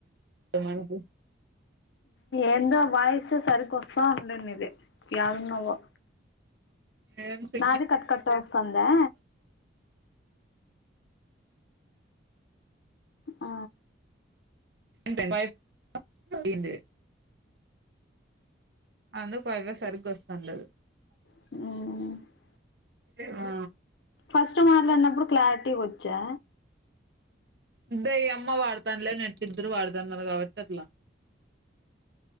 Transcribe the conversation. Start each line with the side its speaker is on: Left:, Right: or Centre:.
Right: తమన్కు
Left: ఎందో వాయిస్ సరిగ్గా వస్తా ఉండునింది ఏడున్నావో
Right: ఏం సిగ్నల్స్
Left: నాది కట్ కట్టే ఒస్తాందా ఆ
Right: ఎంటండి <inaudible> అందుకు వైబ్ సరిగొస్తాండ లేదు
Left: ఆ
Right: ఆ
Left: ఫస్ట్ మాట్లాడినప్పుడు క్లారిటీగొచ్చా
Right: ఇ దయ్యమ్మా వాడ్తాంల్లే నెట్ ఇద్రూ వాడ్తాన్నారు కాబట్టి అట్లా